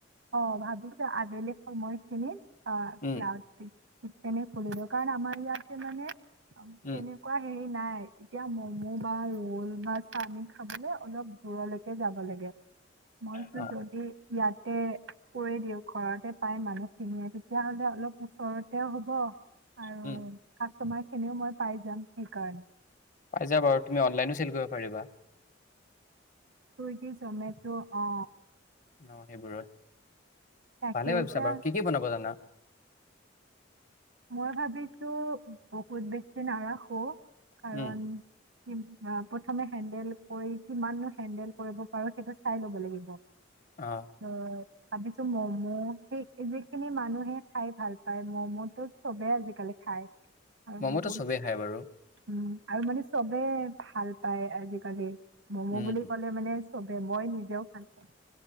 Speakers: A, on the right; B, on the left.
A: অ ভাবিছো আবেলি সময়খিনিত অ
B: উম,
A: ক্লাছ কিটচেনে খুলিলো কাৰণে আমাৰ ইয়াত যে মানে
B: উম,
A: তেনেকোৱা হেৰি নাই এতিয়া ম'ম' বা ৰ'ল বা চাওমিন খাবলে অলপ দূৰলৈকে যাব লাগে। মইতো
B: অ',
A: যদি ইয়াত এ কৰি দিওঁ, ঘৰতে পাই মানুহ খিনিয়ে তেতিয়া হ'লে অলপ ওচৰত দে হ'ব আৰু
B: উম,
A: তোমাৰ খিনিও মই পাই যাম, সেইকাৰণে
B: পাই যাবা বাৰু, তুমি অনলাইনো চেল কৰিব পাৰিবা।
A: ছুইগি, জমেটো অ
B: অ সেইবোৰত
A: তাকে
B: ভালে ভাবিছা
A: এতিয়া
B: বাৰু কি, কি বনাব জানা?
A: মই ভাবিছো, বহুত বেছি নাৰাখো নাৰাখোঁ কাৰণ
B: উম,
A: কি প্ৰথমে হেণ্ডেল কৰি, কিমাননো হেণ্ডেল কৰিব পাৰো সেইটো চাই ল'ব লাগিব। উম
B: অ'
A: <unintelligible> ভাবিছো ম'ম সেই যিখিনি মা মানুহে খাই ভাল পায় ম'ম' টো চবে আজিকালি খায়।
B: ম'ম
A: বহুত
B: তো চবেই খাই বাৰু।
A: উম আৰু মানে চবে ভাল পায়, আজিকালি ম'ম
B: উম,
A: বুলি ক'লে মানে চবে মই নিজেও খালে